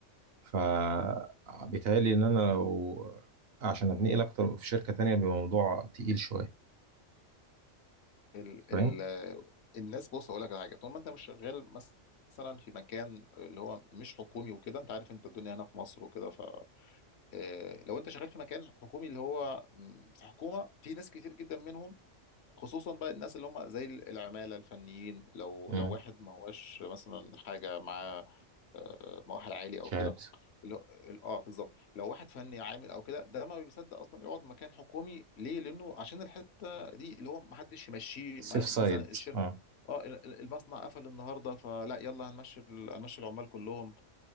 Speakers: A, on the right (about 60°); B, on the left (about 65°).
A: فبيتهيألي ان انا لو عشان اتنقل اكتر في شركه تانية بموضوع تقيل شويه
B: ال
A: فاهم
B: ال الناس بص اقول لك على حاجه طول ما انت مش شغال مثلا في مكان اللي هو مش حكومي وكده انت عارف انت الدنيا هنا في مصر وكده ف آه، لو انت شغال في مكان حكومي اللي هو م، في حكومه في ناس كتير جدا منهم خصوصا بقى الناس اللي هم زي العماله الفنيين لو
A: امم
B: لو واحد ما هوش مثلا حاجه معاه آه، مؤهل عالي
A: شهاده
B: او كده اللي هو اه بالظبط لو واحد فني عامل او كده ده ما بيصدق اصلا يقعد مكان حكومي ليه لانه عشان الحته دي اللي هو ما حدش يمشيه
A: سيف
B: ما-
A: سايد
B: مثلا الشركه
A: اه
B: اه ال- ال- المصنع قفل النهارده فلا يلا هنمشي ال- هنمشي العمال كلهم